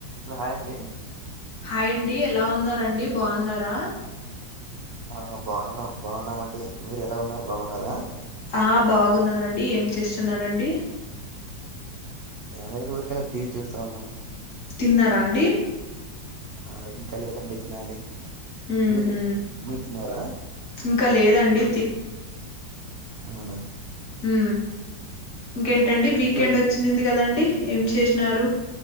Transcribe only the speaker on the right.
హ్లో hi అండి
ఆ బావునున్నం బా ఉన్నామండి మీరు ఎలా ఉన్నారు బా ఊన్నారా
ఏం లేదండ్ ఊర్కెలే టీవీ చూస్తా ఉన్నాము
ఆ ఇంక లేదండి తినాలి
మీరు మీరు తిన్నారా
అవునా
మీరు